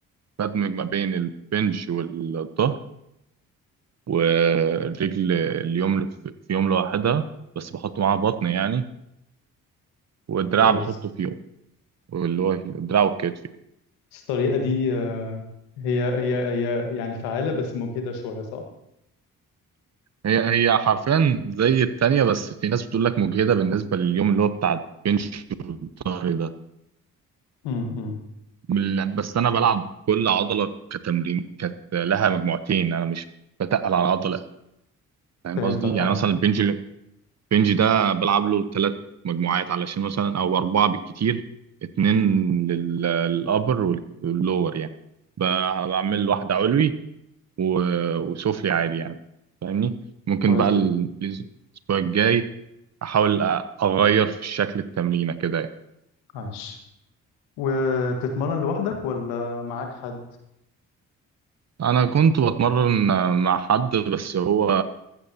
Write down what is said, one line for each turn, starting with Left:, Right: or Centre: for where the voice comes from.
Right: بدمج ما بين البنج والظهر والرجل اليوم في في يوم لوحدها بس بحط معاها بطن يعني والدراع
Left: كويس
Right: بحطه في يوم واللي هو الدراع والكتف
Left: بس الطريقة دي آه، هي هي هي يعني فعالة بس مجهدة شوية صح؟
Right: هي هي حرفيا زي التانية بس في ناس بتقول لك مجهدة بالنسبة لليوم اللي هو بتاع البنش والظهر ده
Left: امم
Right: من- بس أنا بلعب كل عضلة كتمرين كانت لها مجموعتين أنا مش بتقل على عضلة فاهم
Left: فهمتك
Right: قصدي؟ يعني
Left: اه
Right: مثلا البنج البنج ده بلعب له ثلاث مجموعات علشان مثلا أو أربعة بالكتير اتنين للأبر واللور يعني ب- بعمل واحدة علوي و- وسفلي عادي يعني فاهمني ممكن
Left: كويس
Right: بقى ال-
Left: جدا
Right: الاسبوع الجاي احاول أ- اغير في شكل التمرينه كده يعني
Left: عايش وبتتمرن لوحدك ولا معاك حد؟
Right: انا كنت بتمرن مع حد بس هو